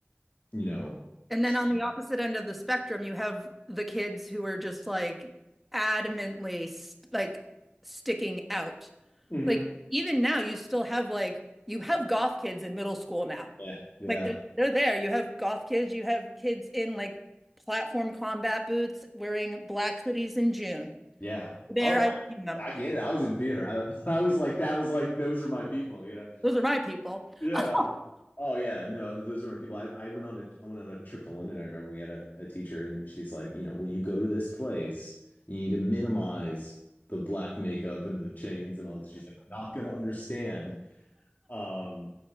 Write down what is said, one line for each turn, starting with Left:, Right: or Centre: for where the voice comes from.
Left: you know,
Centre: And
Left: trait.
Centre: then on the opposite end of the spectrum, you have the kids who are just like adamantly st- like sticking out.
Left: hmm
Centre: Like even now, you still have like you have goth kids in middle school now.
Left: Yeah. Yeah.
Centre: Like they're they're there. You have goth kids. You have kids in like platform combat boots wearing black hoodies in June.
Left: Yeah.
Centre: There,
Left: Oh,
Centre: I've seen them.
Left: I get it. I was in theater. I, <laughs> I was like, that was like, those are my people, you know?
Centre: Those are my people. <laughs>
Left: Yeah. Oh yeah, no, those are my people. I, I went on a I went on a trip to London. I remember we had a, a teacher, and she's like, you know, when you go to this place, you need to minimize the black makeup and the chains and all. that. She's like, not gonna understand. Um,